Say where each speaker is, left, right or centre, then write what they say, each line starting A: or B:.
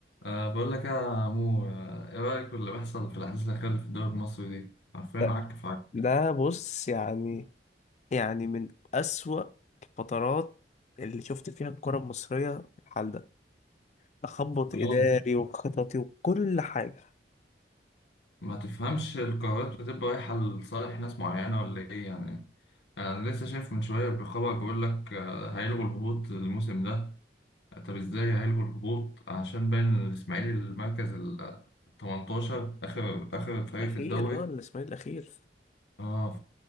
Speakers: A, on the left; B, on the left.
A: أه بقول لك يا مو آه، ايه رأيك في اللي بيحصل في الأحداث الأخيرة اللي في الدوري المصري دي؟ عارفين
B: ده
A: عك في عك
B: ده
A: يعني.
B: بص يعني يعني من أسوأ الفترات اللي شفت فيها الكرة المصرية في الحال ده تخبط
A: اه
B: إداري وخططي وكل حاجة
A: ما تفهمش القرارات بتبقى رايحة لصالح ناس معينة ولا ايه يعني يعني أنا لسه شايف من شوية بخبر بيقول لك آه، هيلغوا الهبوط الموسم ده طب ازاي هيلغوا الهبوط عشان باين الإسماعيلي المركز ال 18 آخر آخر فريق
B: اخير
A: في الدوري
B: اه الاسماعيلي الاخير
A: اه